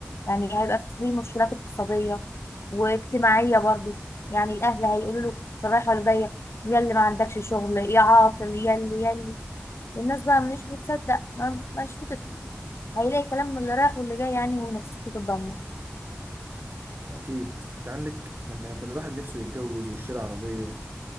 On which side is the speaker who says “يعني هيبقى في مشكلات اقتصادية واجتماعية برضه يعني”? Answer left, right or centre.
Left